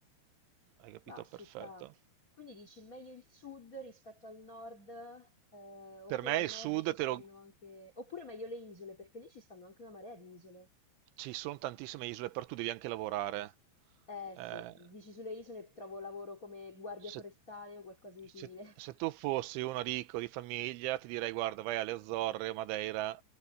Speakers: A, on the right; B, on the left.
A: hai capito
B: ma
A: perfetto.
B: ci sta. Quindi dici meglio il sud rispetto al nord, eh, oppure
A: Per me
B: al
A: il
B: nord
A: sud
B: ci stanno
A: te lo-
B: anche, oppure meglio le isole, perché lì ci stanno anche una marea di isole.
A: ci sono tantissime isole, però tu devi anche lavorare.
B: Eh
A: Eh,
B: sì, dici sulle isole trovo lavoro come guardia
A: Se,
B: forestale o qualcosa di simile.
A: se-
B: <laughs>
A: se tu fossi uno ricco di famiglia, ti direi: Guarda, vai alle Azzorre, Madeira,